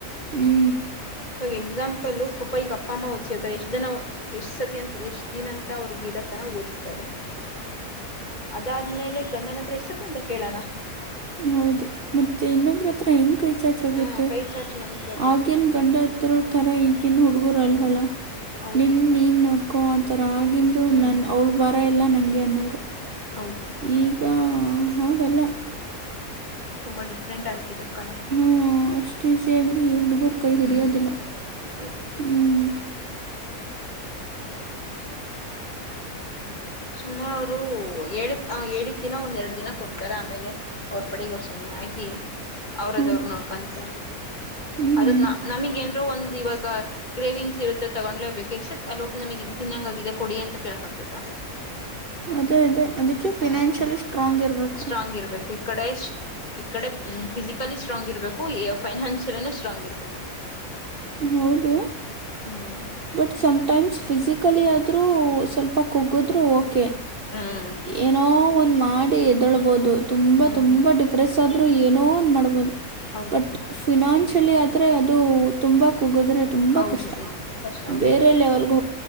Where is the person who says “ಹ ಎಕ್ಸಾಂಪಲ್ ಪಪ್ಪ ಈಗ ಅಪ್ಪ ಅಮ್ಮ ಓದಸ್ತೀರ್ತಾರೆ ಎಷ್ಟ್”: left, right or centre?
Left